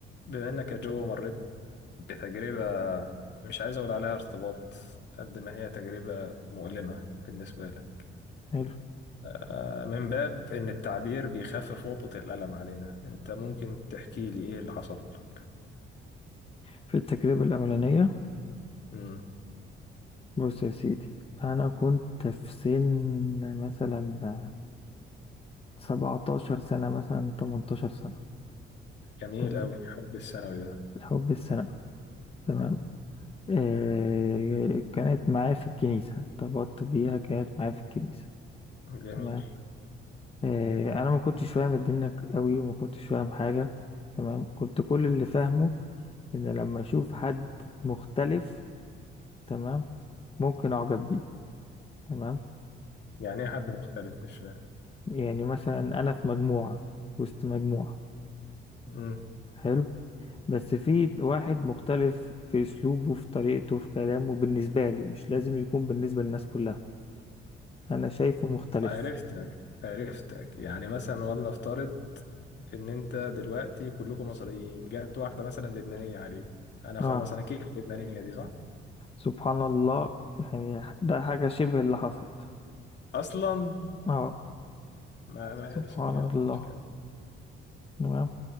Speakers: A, on the left; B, on the left.
A: بما انك يا جو مريت بتجربة مش عايز اقول عليها ارتباط قد ما هي تجربة مؤلمة بالنسبة لك
B: حلو
A: آه، من باب ان التعبير بيخفف وطأة الألم علينا انت ممكن تحكي لي ايه اللي حصل لك
B: في التجربة الأولانية
A: مم.
B: بص يا سيدي أنا كنت في سن مثلا سبعتاشر سنة مثلا تمنتاشر سنة
A: جميل
B: تمام
A: قوي حب الثانوي ده
B: الحب السنة تمام
A: مم.
B: آه كانت معايا في الكنيسة ارتبطت بيها كانت معايا في الكنيسة
A: جميل
B: تمام آه أنا ما كنتش فاهم الدنيا قوي وما كنتش فاهم حاجة تمام كنت كل اللي فاهمه إن لما أشوف حد مختلف تمام ممكن أعجب بيه تمام
A: يعني ايه حد مختلف مش فاهم
B: يعني مثلا انا في مجموعة وسط مجموعة
A: مم.
B: حلو بس في واحد مختلف في اسلوبه في طريقته في كلامه بالنسبة لي مش لازم يكون بالنسبة للناس كلها انا شايفه مختلف
A: عرفتك عرفتك يعني مثلا ولنفترض ان انت دلوقتي كلكم مصريين جت واحدة مثلا لبنانية عليك انا خلاص
B: اه
A: انا كيف اللبنانية دي صح
B: سبحان الله يعني ده حاجة شبه اللي حصلت
A: اصلا
B: اه
A: ما ماشي
B: سبحان
A: كمل
B: الله
A: كمل
B: تمام